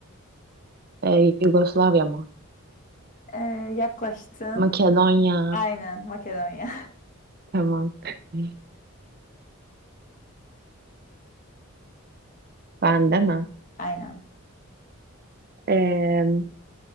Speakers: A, on the right; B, on the left.
A: e, Yugoslavya mı?
B: ee, yaklaştın.
A: Makedonya.
B: Aynen Makedonya.
A: Tamam. <laughs> Ben demem.
B: <laughs> Aynen.
A: Ee,